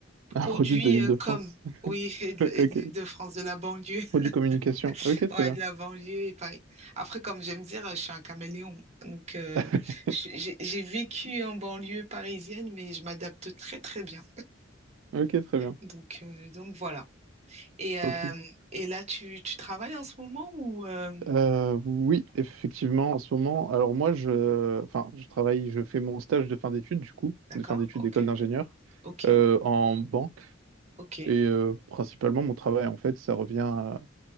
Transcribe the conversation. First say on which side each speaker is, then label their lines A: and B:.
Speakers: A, on the right (about 35°); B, on the right (about 75°).
A: produit
B: <laughs> Un produit de l'Île-de-France.
A: euh, com,
B: <laughs>
A: oui, <laughs> et de et
B: Ok.
A: de l'Île-de-France, de la banlieue,
B: Produit communication.
A: <laughs>
B: Ok, très
A: ouais,
B: bien.
A: de la banlieue et Paris. Après, comme j'aime dire, je suis un caméléon. Donc, euh,
B: <laughs>
A: j'ai j'ai vécu en banlieue parisienne, mais je m'adapte très, très bien.
B: Ok, très bien.
A: Donc, euh, donc voilà. Et, euh,
B: Ok.
A: et là, tu, tu travailles en ce moment ou... euh,
B: Euh, oui, effectivement, en ce moment, alors moi, je, enfin, je travaille, je fais mon stage de fin d'études, du coup,
A: D'accord,
B: de fin d'études
A: ok,
B: d'école d'ingénieur,
A: ok,
B: euh, en banque.
A: ok,
B: Et euh, principalement, mon travail, en fait, ça revient à,